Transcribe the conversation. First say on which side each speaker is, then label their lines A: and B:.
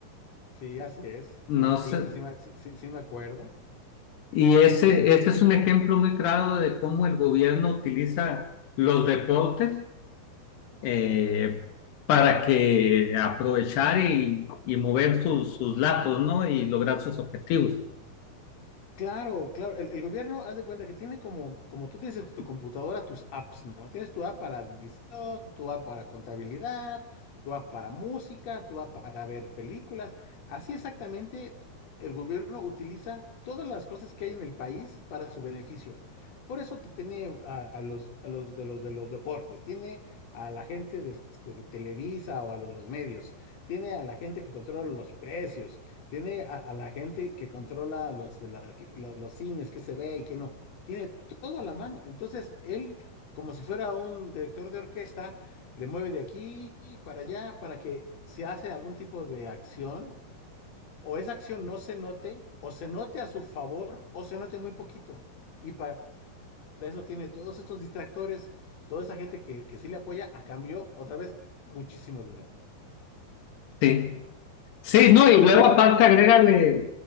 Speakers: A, on the left; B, on the left.
A: sí, así es, completa,
B: No sé.
A: sí me, sí, sí- sí me acuerdo,
B: Y ese,
A: sí, sí, sí,
B: ese es un ejemplo muy claro de cómo el gobierno utiliza los deportes eh, para que aprovechar y, y mover sus, sus lazos, ¿no? Y lograr sus objetivos.
A: Claro, claro. El, el gobierno, haz de cuenta que tiene como, como tú tienes en tu computadora tus apps, ¿no? Tienes tu app para división, tu app para contabilidad, tu app para música, tu app para ver películas. Así exactamente, el gobierno utiliza todas las cosas que hay en el país para su beneficio. Por eso te tiene a, a los, a los de los de los deportes, tiene a la gente de, este, de Televisa o a los de los medios, tiene a la gente que controla los precios tiene a, a la gente que controla los, de la, que- lo- los, cines, qué se ve y qué no, tiene todo a la mano. Entonces, él, como si fuera un director de orquesta, le mueve de aquí y para allá para que se hace algún tipo de acción o esa acción no se note o se note a su favor o se note muy poquito. Y para eso tiene todos estos distractores, toda esa gente que, que sí le apoya a cambio, otra vez, muchísimo dinero.
B: Sí. Sí, no, y luego aparte agrégale